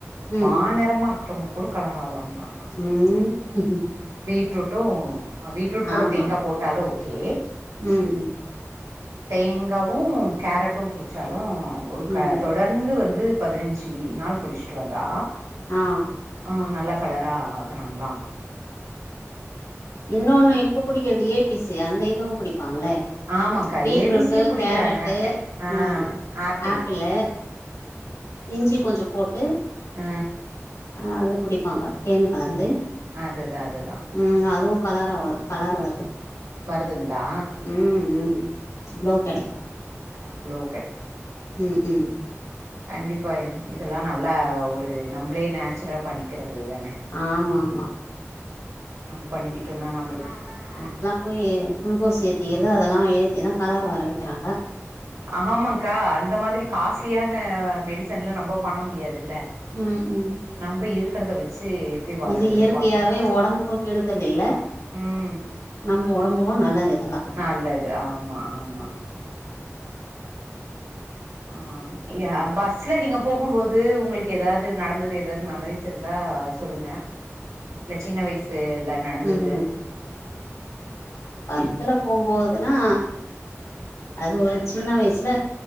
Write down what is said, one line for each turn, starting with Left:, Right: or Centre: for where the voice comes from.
Left: ம்
Right: மாநெரமா இருக்கறவங்க கூட கலராவுறாங்ளா
Left: ம்
Right: பீட்ரூட்டு அ பீட்ரூட் கூட
Left: ஆமா
Right: தேங்கா போட்டாலு ஓகே
Left: ம் ம்
Right: தேங்காவு கேரட்டு குடிச்சாலு ஒரு க
Left: ம்
Right: தொடர் ந்து வந்து பதினெஞ்சு நாள் குடிச்சிட்டு வந்தா
Left: ஆ
Right: அ நல்ல கலரா ஆகுறாங்ளா
Left: இன்னொன்னு இப்ப குடிக்கிறது ஏ பி சி அந்த இதுவு குடிப்பாங்ளே
Right: ஆமாக்கா
Left: பீட்ரூட்டு்
Right: ஏபிசியு குடிக்கிறாங்க
Left: கேரட்டு
Right: கெ ஆ
Left: அ
Right: ஆப்பிள்
Left: ஆப்பிளு இஞ்சி கொஞ்சோ போட்டு
Right: ஆ
Left: அத குடிப்பாங்க தேன் கலந்து
Right: அதுதா அதுதா
Left: ம் அதுவு கலராவ கலரு வருது
Right: வருதுங்ளா
Left: ம் ம் க்ளோ கெடைக்கு
Right: ஆ க்ளோ
Left: ம் ம்
Right: கண்டிப்பாக இதெல்லா நல்லா ஒரு நம்புளே நேச்சுரா பண்ணிக்கிறது தனே
Left: ஆமா ஆமா
Right: நம் பண்ணிக்கிட்டோனா நம்புளுக் அ
Left: போயி குளுகோஸ் ஏத்திக்கிறது அதெல்லா ஏத்திதா கலர் வர வெக்கறாங்க
Right: ஆமாக்கா அந்த மாதிரி காஸ்ட்லியான மெடிசன்லா நம்ம பண்ண முடியாதுல்ல
Left: ம் ம்
Right: நம்ப இருக்கறத வெச்சு எப்டி வாழ்றதுன்
Left: இது இயற்கையாவே
Right: பாக்கனு
Left: ஒடம்புக்கு கெடுதல் இல்ல
Right: ம்
Left: நம்ம ஒடம்புக்கு நல்லது இதலா
Right: நல்லது ஆமா ஆமா ம் ஆ ய பஸ்ல நீங்க போகும்போது உங்களுக்கு எதாவது நடந்தது எதாவது மெமரிஸ் இருந்தா சொல்லுங்க இல்ல சின்ன வயசு ல நடந்தது
Left: ம் பஸ்ஸுல போம்போதுன்னா
Right: ம்
Left: அது ஒரு சின்ன வயசுல